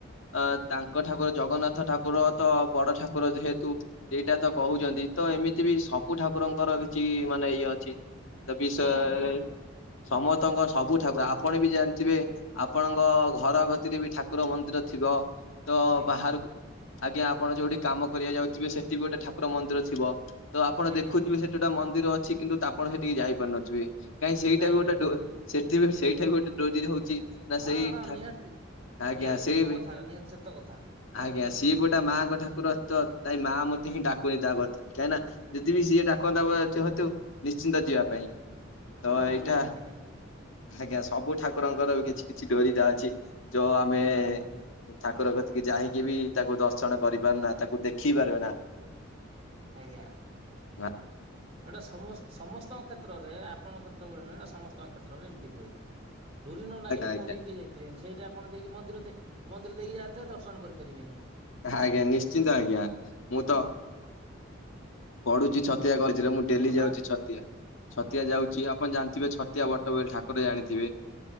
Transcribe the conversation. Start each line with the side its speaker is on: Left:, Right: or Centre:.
Left: ଅ ତାଙ୍କ ଠାକୁର ଜଗନ୍ନାଥ ଠାକୁର ତ ବଡ ଠାକୁର ଯେହେତୁ। ଏଇଟା ତ କହୁଛନ୍ତି ତ ଏମିତି ବିସ୍ ସବୁ ଠାକୁରଙ୍କର କିଛି ମାନେ ଇଏ ଅଛି। ବିଷୟରେ
Right: ହୁଁ ହୁଁ
Left: ସମସ୍ତଙ୍କ ସବୁ ଠାକୁର ଆପଣ ବି ଜାଣିଥିବେ। ଆପଣଙ୍କ ଘର ଗତିରେ ବି ଠାକୁର ମନ୍ଦିର ଥିବ। ତ
Right: ଆଜ୍ଞା
Left: ବାହାରକୁ ଆଜ୍ଞା ଆପଣ ଯୋଉଠି କାମ କରିବା ଯାଉଥିବେ ସେଠି ଗୋଟେ ଠାକୁର ମନ୍ଦିର ଥିବ। ତ ଆପଣ
Right: ଆଜ୍ଞା
Left: ଦେଖୁଥିବେ ସେଠି ଗୋଟେ ମନ୍ଦିର ଅଛି। କିନ୍ତୁ ଆପଣ ସେଠିକି ଯାଇପାରୁନଥିବେ। କାହିଁ ସେଇଟା
Right: ନାଇଁ
Left: ବି ଗୋଟେ
Right: ନାଇଁ
Left: ଡୋ ସେଠିବି ସେଇଠା ବି ଗୋଟେ ଡୋରି ହଉଛି। ନା
Right: ହଁ
Left: ସେଇ
Right: ହଁ
Left: ଠା
Right: ନିହାତି
Left: ଆଜ୍ଞା
Right: ନିହାତି
Left: ସେଇ
Right: ସତ
Left: ବି
Right: କଥା ନିହାତି ସତ କଥା।
Left: ଆଜ୍ଞା ସିଏ ବି ଗୋଟ ମାଙ୍କ ଠାକୁର ଅଛି। ତାଇ ମା ମତେ ହିଁ ଡାକୁନି ତା କତିକି। କାହିଁକି ନା ଯଦି ବିି ସିଏ ଡାକନ୍ତା ହେତୁ ନିଶ୍ଚିନ୍ତ ଯିବା ପାଇଁ।
Right: ହୁଁ
Left: ତ
Right: ହୁଁ
Left: ଏଇଟା
Right: ନିହାତି ନିହାତି
Left: ଆଜ୍ଞା ସବୁ ଠାକୁରଙ୍କର କିଛି କିଛି ଡୋରିଟା ଅଛି। ଯୋଉ ଆମେ
Right: ଉଁ ହୁଁ
Left: ଠାକୁର କତିକି ଯାଇକି ବି ତାକୁ ଦର୍ଶନ କରିପାରୁ ନା ତାକୁ ଦେଖି ପାର ନା।
Right: ଆଜ୍ଞା।
Left: ନାଁ।
Right: ଏଇଟା ସମ ସମସ୍ତଙ୍କ କ୍ଷେତ୍ରରେ ଆପଙ୍କ କ୍ଷେତ୍ର ବୋଲି ନୁହଁ। ଏଇଟା ସମସ୍ତଙ୍କ କ୍ଷେତ୍ରରେ ଏମିତି ହୁଏ। ଡୁରି ନ ନାଗିଲେ
Left: ଆଜ୍ଞା
Right: କୋଉଠିକି କିଏ ଯାଇପାରିବେନି। ସେଇଟା ଆପଣ ଦେଇକି ମନ୍ଦିର ମନ୍ଦିର ଦେଇକି ଯାଇଥିବେ ଦର୍ଶନ କରିପାରିବେନି।
Left: ଆଜ୍ଞା ନିଶ୍ଚିନ୍ତ ଆଜ୍ଞା ମୁଁ ତ ପଢୁଛି। ଛ ଛତିଆ କରିଥିଲେ ମୁଁ ଡେଲି
Right: ଘଟଗାଁ
Left: ଯାଉଛି ଛତିଆ। ଛତିଆ ଯାଉଛି ଆପଣ ଜାଣିଥିବେ ଛତିଆ
Right: ଆଜ୍ଞା
Left: ବଟ ବୋଲି ଠାକୁ କୁରେ ଜାଣିଥିବେ।